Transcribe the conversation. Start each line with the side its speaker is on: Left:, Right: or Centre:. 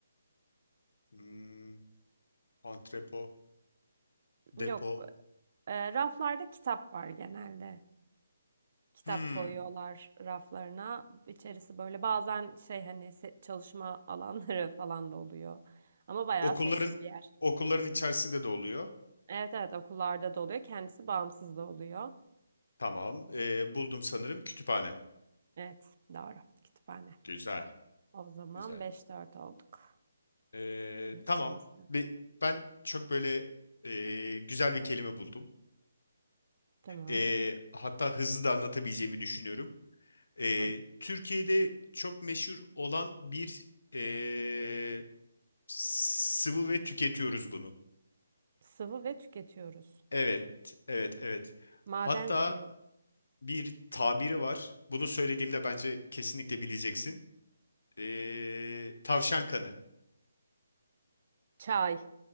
Left: hmm, antrepo, depo.
Right: Yok, eee, raflarda kitap var genelde. Kitap
Left: Hmm.
Right: koyuyorlar raflarına. İçerisi böyle bazen şey hani se- çalışma alanları <laughs> falan da oluyor. Ama bayağı
Left: Okulların
Right: sessiz bir yer.
Left: okulların içerisinde de oluyor.
Right: Evet evet okullarda da oluyor. Kendisi bağımsız da oluyor.
Left: Tamam. Ee, buldum sanırım kütüphane.
Right: Evet, doğru. Kütüphane.
Left: Güzel,
Right: O zaman
Left: güzel.
Right: beş dört olduk.
Left: Ee,
Right: Şimdi
Left: tamam.
Right: senin sıran.
Left: Bir, ben çok böyle e, güzel bir kelime buldum.
Right: Tamam.
Left: Ee, hatta hızlı da anlatabileceğimi düşünüyorum. Ee,
Right: Hı.
Left: Türkiye'de çok meşhur olan bir e, sıvı ve tüketiyoruz bunu.
Right: Sıvı ve tüketiyoruz.
Left: Evet, evet, evet.
Right: Maden
Left: Hatta
Right: suyu.
Left: bir tabiri var. Bunu söylediğimde bence kesinlikle bileceksin. Ee, tavşan kanı.
Right: Çay.